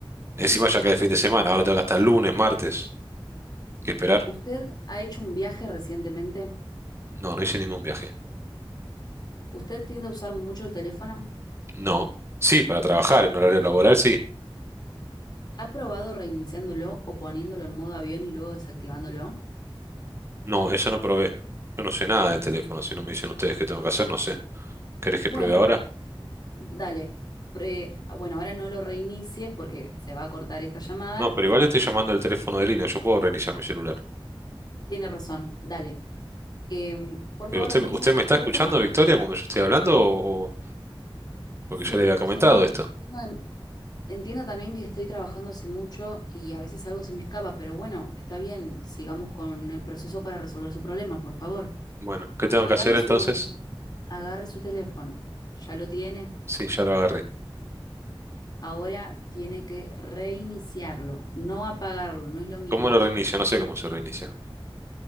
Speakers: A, on the right; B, on the left.
A: Encima ya cae el fin de semana, ahora tengo que hasta el lunes, martes, que esperar.
B: ¿usted ha hecho un viaje recientemente?
A: No, no hice ningún viaje.
B: ¿Usted tiende a usar mucho el teléfono?
A: No. Sí, para trabajar en horario laboral, sí.
B: ¿Ha probado reiniciándolo o poniéndolo en modo avión y luego desactivándolo?
A: No, eso no probé. Yo no sé nada de teléfono, si no me dicen ustedes qué tengo que hacer, no sé. ¿Querés
B: Bueno,
A: que pruebe ahora?
B: dale. Pre- bueno, ahora no lo reinicies porque se va a cortar esta llamada.
A: No, pero igual estoy llamando el teléfono de línea, yo puedo reiniciar mi celular.
B: Tiene razón, dale. Em, por
A: Pero
B: favor,
A: usted,
B: reinicie
A: ¿usted
B: su
A: me está
B: teléfono.
A: escuchando, Victoria, cuando yo estoy hablando o, o- porque
B: Sí,
A: ya le había comentado
B: señor.
A: esto?
B: tenga- entienda también que estoy trabajando hace mucho y a veces algo se me escapa, pero bueno, está bien. Sigamos con el proceso para resolver su problema, por favor.
A: Bueno, ¿qué tengo
B: Agarre
A: que hacer entonces?
B: su, agarre su teléfono. ¿Ya lo tiene?
A: Sí, ya lo agarré.
B: ahora tiene que reiniciarlo, no apagarlo, no es lo mismo.
A: ¿Cómo lo reinicio? No sé cómo se reinicia.